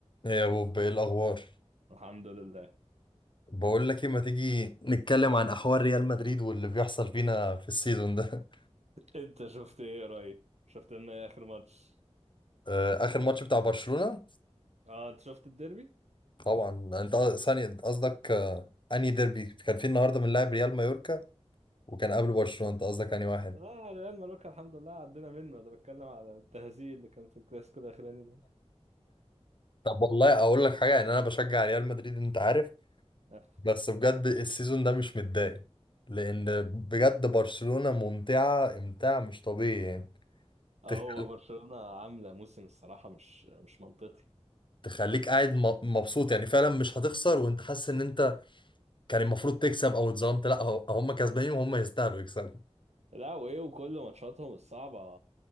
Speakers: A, on the left (about 45°); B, on the right (about 80°).
A: ايه يا بوب ايه الاخبار
B: الحمد لله
A: بقول لك ايه ما تيجي نتكلم عن احوال ريال مدريد واللي بيحصل فينا في السيزون ده <laughs>
B: انت شفت ايه قريب شفت لنا ايه اخر ماتش
A: آه، اخر ماتش بتاع برشلونة
B: اه انت شفت الديربي
A: طبعا انت قص- ثاني قصدك آه، انهي ديربي كان في النهارده من لاعب ريال مايوركا وكان قبل برشلونة انت قصدك انهي واحد
B: اه ريال ماروكا الحمد لله عدينا منه انا بتكلم على التهزيء اللي كان في الكلاسيكو الاخراني ده
A: طب والله اقول لك حاجه يعني انا بشجع ريال مدريد انت عارف
B: <laughs>
A: بس بجد السيزون ده مش متضايق لان بجد برشلونة ممتعه امتاع مش طبيعي يعني
B: اه
A: تخ-
B: هو برشلونة عاملة موسم الصراحة مش مش منطقي
A: تخليك قاعد م- مبسوط يعني فعلا مش هتخسر وانت حاسس ان انت كان المفروض تكسب او اتظلمت لا هو- هم كسبانين وهم يستاهلوا يكسبوا
B: لا وايه وكل ماتشاتهم الصعبة